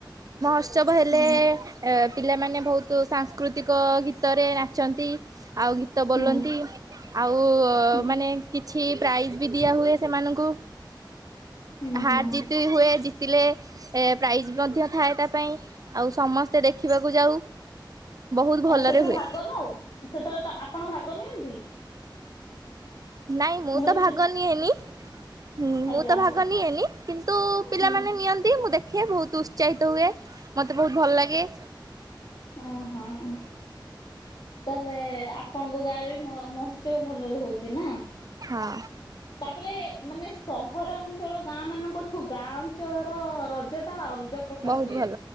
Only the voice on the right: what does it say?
ମହୋତ୍ସବ ହେଲେ
ଏ ପିଲାମାନେ ବହୁତ୍ ତୁ ସାଂସ୍କୃତିକ ଗୀତରେ ନାଚନ୍ତି। ଆଉ, ଗୀତ ବୋଲନ୍ତି।
ଆଉ-ଉ-ଉ
ମାନେ କିଛି ପ୍ରାଇଜ୍ ବି ଦିଆ ହୁଏ ସେମାନଙ୍କୁ।
ହାର
ଜିତ୍ ହୁଏ ଜିତିଲେ ଏ ପ୍ରାଇଜ୍ ମଧ୍ୟ ଥାଏ ତା ପାଇଁ, ଆଉ ସମସ୍ତେ ଦେଖିବାକୁ ଯାଉ। ବହୁତ ଭଲରେ
ହୁଏ
ନାଇଁ, ମୁଁ
ତ ଭାଗ
ନିଏନି। ହୁଁ, ମୁଁ
ତ
ଭାଗ ନିଏନି। କିନ୍ତୁ ପିଲାମାନେ
ନିଅନ୍ତି, ମୁଁ ଦେଖ ଦେଖେ, ବହୁତ ଉତ୍ସାହିତ ହୁଏ। ମୋତେ ବହୁତ ଭଲ ଲାଗେ।
ହଁ।
ବହୁତ
ଭଲ